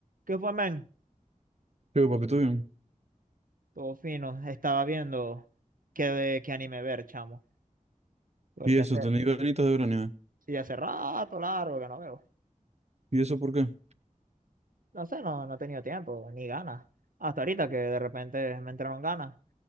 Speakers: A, on the right; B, on the right.
A: ¿Qué fue, man?
B: Yo, papi tuyo.
A: Todo fino. Estaba viendo qué, de, qué anime ver, chamo. Porque
B: Y eso,
A: hace,
B: tenéis ganitas de ver anime.
A: sí, hace rato largo que no veo.
B: ¿Y eso por qué?
A: No sé, no, no he tenido tiempo, ni ganas. Hasta ahorita que de repente me entraron ganas.